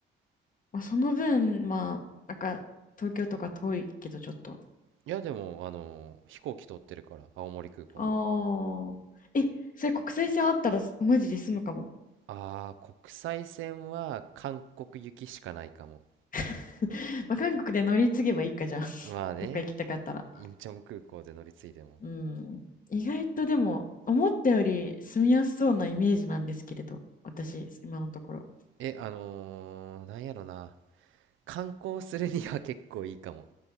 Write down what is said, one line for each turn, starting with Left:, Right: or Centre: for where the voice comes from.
Left: まあ、その分、まあ、なんか、東京とか遠いけど、ちょっと。
Right: いやでもあのー飛行機通ってるから青森空港に
Left: ああ。え、それ国際線あったらマジで済むかも。
Right: あー国際線は韓国行きしかないかも
Left: <laughs> まあ、韓国で乗り継げばいいかじゃん。<laughs>
Right: まあね
Left: どっか行きたかったら。
Right: インチョン空港で乗り継いでも
Left: うん。意外とでも、思ったより住みやすそうなイメージなんですけれど、私、今のところ。
Right: えあのー、なんやろな観光するには結構いいかも